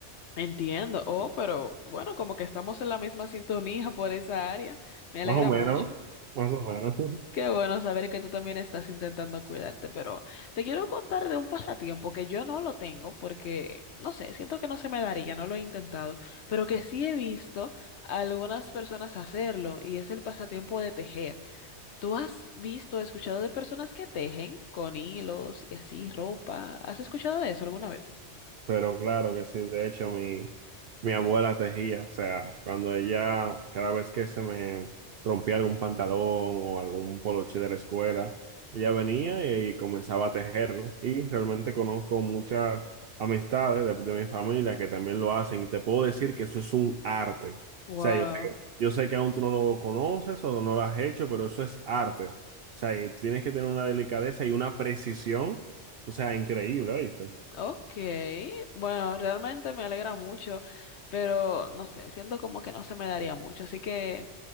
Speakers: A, on the left; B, on the right.
A: Entiendo. Oh, pero bueno, como que estamos en la misma sintonía <laughs> por esa área. Me alegra
B: Más o menos,
A: mucho.
B: más o menos. <laughs>
A: Qué bueno saber que tú también estás intentando cuidarte, pero te quiero contar de un pasatiempo que yo no lo tengo porque, no sé, siento que no se me daría, no lo he intentado, pero que sí he visto a algunas personas hacerlo y es el pasatiempo de tejer. ¿Tú has visto, escuchado de personas que tejen con hilos y así ropa? ¿Has escuchado de eso alguna vez?
B: Pero claro que sí, de hecho mi, mi abuela tejía, o sea, cuando ella, cada vez que se me rompía algún pantalón o algún poloche de la escuela, ella venía y, y comenzaba a tejerlo. Y realmente conozco muchas amistades de, de mi familia que también lo hacen y te puedo decir que eso es un arte.
A: Wow,
B: O sea, yo sé que, yo sé que aún tú no lo conoces o no lo has hecho, pero eso es arte. O sea, y tienes que tener una delicadeza y una precisión, o sea, increíble, ¿viste?
A: okay. Bueno, realmente me alegra mucho, pero no sé, siento como que no se me daría mucho, así que